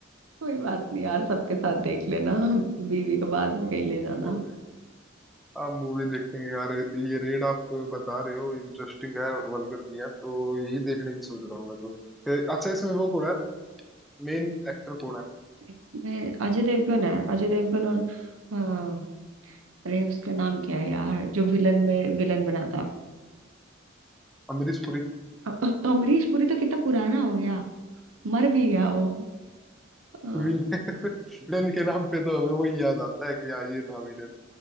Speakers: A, on the right; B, in the centre.
A: कोई बात नहीं यार सबके साथ देख लेना बीवी को बाद में कहीं ले जाना
B: मूवी आप मूवी देखेंगे यार ये रेड आप बता रहे हो इंटरेस्टिंग है और वल्गर नहीं है तो यही देखने की सोच रहा हूँ मैं तो अच्छा इसमें वो कौन है मेन एक्टर कौन है
A: इसमें अजय देवगन है अजय देवगन और हाँ, अरे उसका नाम क्या है यार जो विलन में विलन बना था
B: अमरीश पुरी
A: अ- अ- अमरीश पुरी तो कितना पुराना हो गया मर भी गया वो अ,
B: विलेन के नाम पे तो हमें वो याद आता है कि हाँ ये था विलेन